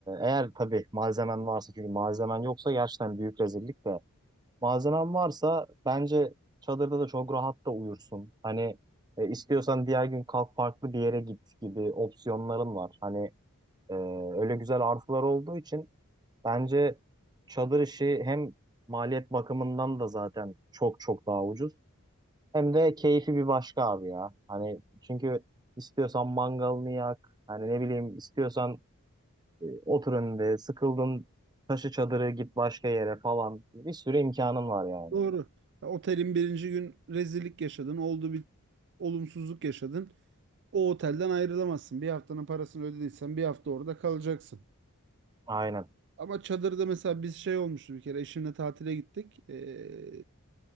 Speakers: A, on the right; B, on the right.
A: eğer tabii malzemen varsa çünkü malzemen yoksa gerçekten büyük rezillik de. Malzemen varsa bence çadırda da çok rahat da uyursun. Hani e, istiyorsan diğer gün kalk farklı bir yere git gibi opsiyonların var. Hani e, öyle güzel artılar olduğu için bence çadır işi hem maliyet bakımından da zaten çok çok daha ucuz. Hem de keyfi bir başka abi ya. Hani çünkü istiyorsan mangalını yak. Hani ne bileyim istiyorsan e, otur önünde sıkıldın taşı çadırı git başka yere falan. Bir sürü imkanın var yani.
B: Doğru. Ya, otelin birinci gün rezillik yaşadın. Oldu bir olumsuzluk yaşadın. O otelden ayrılamazsın. Bir haftanın parasını ödediysen bir hafta orada kalacaksın.
A: Aynen.
B: Ama çadırda mesela biz şey olmuştu bir kere. Eşimle tatile gittik. Ee,